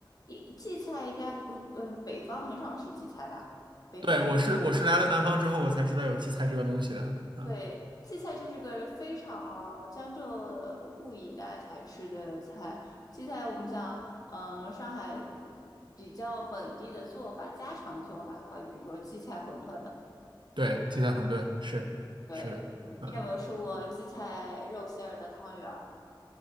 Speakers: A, on the left; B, on the right.
A: 一荠菜应该不，嗯，北方很少吃荠菜吧？北方基本。
B: 对，我是我是来了南方之后我才知道有荠菜这个东西的。啊。
A: 对，荠菜这是个非常江浙沪一带才吃的菜。荠菜我们讲，嗯、上海比较本地的做法、家常的做法的话，比如说荠菜馄饨。
B: 对，荠菜馄饨是是的，
A: 对，你有没有吃过荠菜肉馅儿的汤圆儿？
B: 啊、